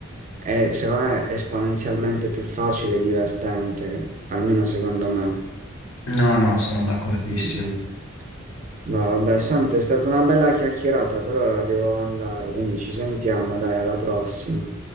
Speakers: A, on the right; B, on the left.
A: è, secondo me, esponenzialmente più facile e divertente, almeno secondo me.
B: No, no, sono d'accordissimo.
A: Mm, mm. Ma vabbè, Sante, è stata una bella chiacchierata, per ora devo andare, quindi ci sentiamo, dai, alla prossima.